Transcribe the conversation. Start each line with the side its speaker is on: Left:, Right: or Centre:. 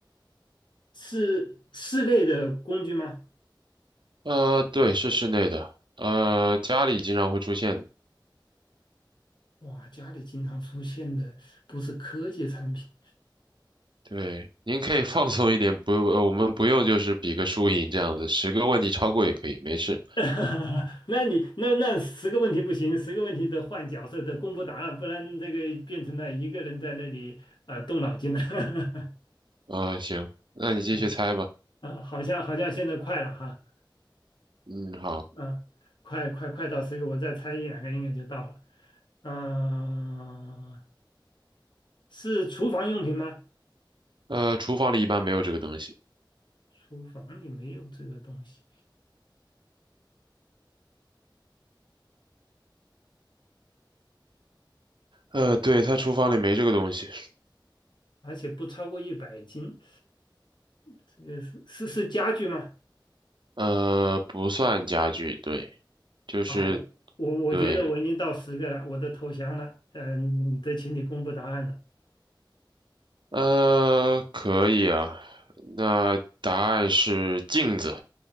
Left: 是室内的工具吗？
Right: 呃，对，是室内的，呃，家里经常会出现的。
Left: 哇，家里经常出现的不是科技产品，
Right: 对，您可以 <laughs> 放松一点，不，呃，我们不用就是比个输赢这样子，十个问题超过也可以，没事。
Left: <laughs> 那你那那十个问题不行，十个问题得换角色，得公布答案，不然这个变成了一个人在那里啊呃动脑筋了。
Right: 呃，行，那你继续猜吧。
Left: <laughs> 啊，好像好像现在快了哈，
Right: 嗯，好。
Left: 嗯、快快快到十个，我再猜一两个应该就到了。嗯、是厨房用品吗？
Right: 呃，厨房里一般没有这个东西。
Left: 厨房里没有这个东西，
Right: 呃，对，它厨房里没这个东西。
Left: 而且不超过一百斤。这个是是是家具吗？
Right: 呃，不算家具，对，就是
Left: 啊，我我我觉得我已经到十个了，
Right: 对。
Left: 我都投降了。嗯，得请你公布答案了。
Right: 呃，可以啊。那答案是镜子。